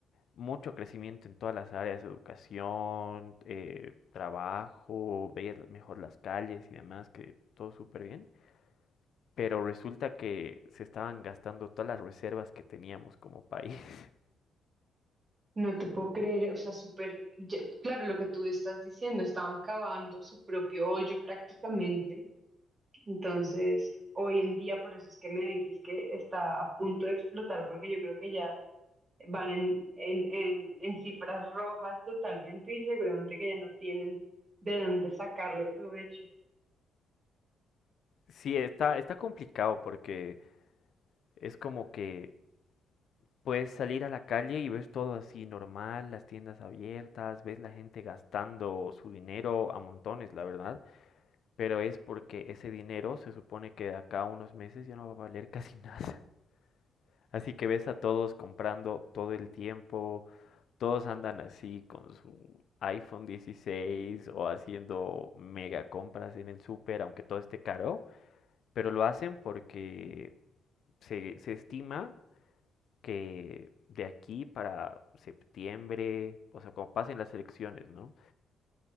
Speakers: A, on the left (about 65°); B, on the right (about 35°).
A: mucho crecimiento en todas las áreas, educación, eh, trabajo, veías mejor las calles y demás, que todo súper bien. Pero resulta que se estaban gastando todas las reservas que teníamos como país. <laughs>
B: No te puedo creer, o sea, súper, ya- claro, lo que tú estás diciendo, estaban cavando su propio hoyo prácticamente, entonces hoy en día por eso es que me dices que está a punto de explotar, porque yo creo que ya van en, en, en, en cifras rojas totalmente y seguramente que ya no tienen de dónde sacarle provecho. <gasps>
A: Sí, está, está complicado porque es como que Puedes salir a la calle y ves todo así normal, las tiendas abiertas, ves la gente gastando su dinero a montones, la verdad, pero es porque ese dinero se supone que de acá a unos meses ya no va a valer casi nada. <laughs> Así que ves a todos comprando todo el tiempo, todos andan así con su iPhone 16 o haciendo mega compras en el súper, aunque todo esté caro, pero lo hacen porque se, se estima que de aquí para septiembre, o sea, cuando pasen las elecciones, ¿no?